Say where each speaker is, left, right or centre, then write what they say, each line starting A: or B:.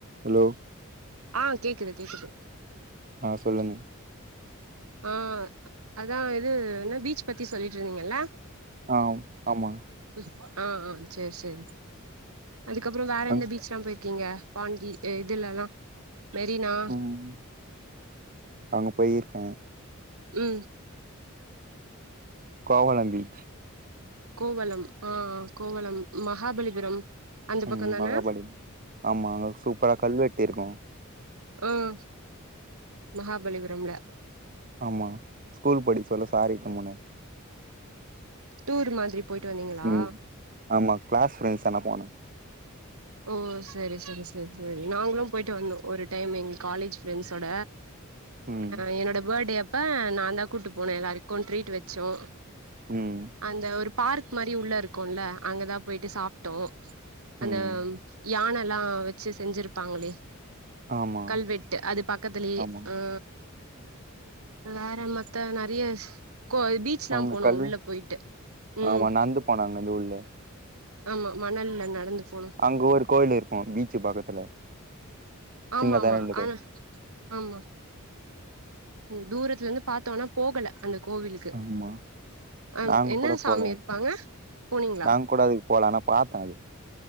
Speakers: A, on the right; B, on the right.
A: Hello
B: ஆ கேக்குது கேக்குது
A: ஆ சொல்லுங்க
B: ஆ அதா இது என்ன பீச் பத்தி சொல்லிட்டு இருந்தீங்கல்ல
A: ஆம் ஆமாங்க
B: ம் ஆ ஆ சேர் சேரி அதுக்கப்புறோ வேற
A: அங்
B: எந்த பீச்லா போயிருக்கீங்க பாண்டி இதுலல்லா மெரினா
A: ம் அங்க போயிருக்க
B: ம்
A: கோவளம் பீச்
B: கோவளம் ஆ ஆ கோவளம் மகாபலிபுரம் அந்த
A: ம்
B: பக்கோ தான
A: மகாபலி ஆமா அங்க சூப்பரா கல்வெட்டு இருக்கு
B: ம் மகாபலிபுரம்ல
A: ஆமா ஸ்கூல் படிக்க சொல்ல சாரு எட்னு போனாரு
B: டூரு மாதிரி போயிட்டு வந்தீங்களா
A: ம் ஆமா கிளாஸ் ஃபிரெண்ட்ஸ்னா போனோ
B: ஓ செரி செரி செரி செரி நாங்களும் போயிட்டு வந்தோ ஒரு டைம் எங்க காலேஜ் ஃப்ரெண்ட்ஸோட
A: ம்
B: ஆ என்னோட பர்த்டே அப்ப நான்தா கூட்டு போன எல்லாருக்கு ட்ரீட் வச்சோ
A: ம்
B: அந்த ஒரு பார்க் மாரி உள்ள இருக்கு க்குல்ல அங்கதா போயிட்டு சாப்ட்டோ அந்த
A: ம்
B: யானலா வச்சி செஞ்சிருப்பாங்களே
A: ஆமா
B: கல்வெட்டு அது பக்கத்துலயே
A: ஆமா
B: அ வேற மத்த நெறையஸ் கோ பீச்லா
A: அவங்க
B: போனோ
A: கல்லு
B: உள்ள போயிட்டு ம்
A: ஆமா நடந்து போனாங்க அது உள்ள
B: ஆமா மணல்ல நடந்து போனோ
A: அங்க ஒரு கோயிலு இருக்கும் பீச்சு பக்கத்துல
B: ஆமா
A: சின்னதா
B: ஆமா
A: ரெண்டு கோயில்
B: ஆனா ஆமா ம் தூரத்துல இருந்து பாத்தோனா போகல அந்த கோவிலுக்கு
A: ஆமா
B: அ
A: நாங்க
B: என்ன
A: கூட
B: சாமி
A: போல
B: இருப்பாங்க போனீங்களா
A: நாங்க கூட அதுக்கு போல ஆனா பாத்தே அது